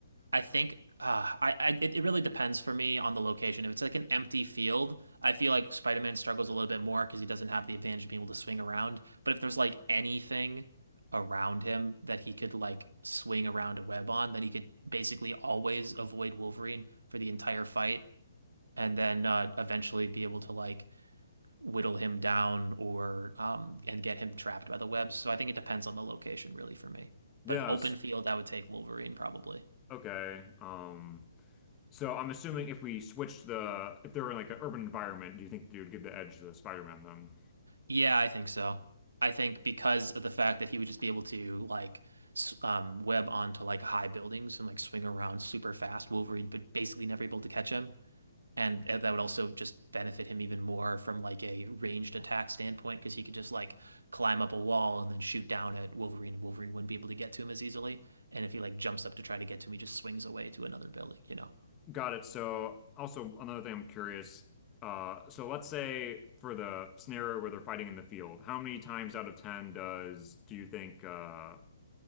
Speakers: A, on the right; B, on the left.
A: I think uh, I, I it, it really depends for me on the location. If it's like an empty field, I feel like Spider-Man struggles a little bit more because he doesn't have the advantage of being able to swing around. But if there's like anything around him that he could like swing around a web on, then he could basically always avoid Wolverine for the entire fight, and then uh, eventually be able to like whittle him down or um and get him trapped by the webs. So I think it depends on the location really for me.
B: Yes.
A: But if open field, I would take Wolverine probably.
B: Okay. Um. So I'm assuming if we switched the if they were in like an urban environment, do you think you would give the edge to Spider-Man then?
A: Yeah, I think so. I think because of the fact that he would just be able to like s- um, web onto like high buildings and like swing around super fast, Wolverine but basically never able to catch him. And uh, that would also just benefit him even more from like a ranged attack standpoint because he could just like climb up a wall and then shoot down at Wolverine and Wolverine wouldn't be able to get to him as easily. And if he like jumps up to try to get to him, he just swings away to another building, you know.
B: Got it. So also another thing I'm curious, uh, so let's say for the scenario where they're fighting in the field, how many times out of 10 does do you think uh